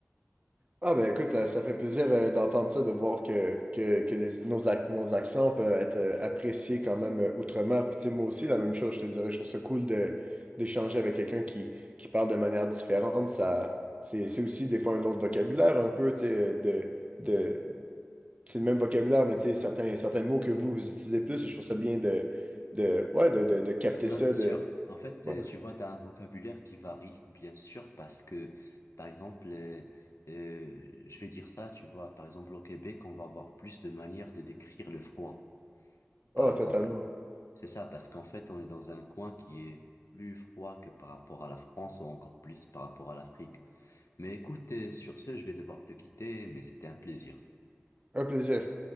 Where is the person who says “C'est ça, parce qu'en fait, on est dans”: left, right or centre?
Left